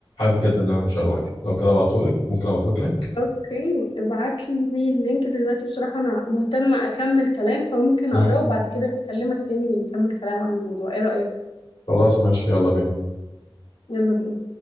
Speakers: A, on the left; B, on the left.
A: جدا ان انا اشيره معاكي لو كده ابعتهولك ممكن ابعتهولك لينك
B: اوكي ابعت لي اللينك دلوقتي بصراحة انا مهتمة اكمل كلام فممكن
A: مم.
B: اقراه وبعد كده اكلمك تاني نكمل كلام عن الموضوع ايه رأيك
A: خلاص ماشي يلا بينا
B: يلا بينا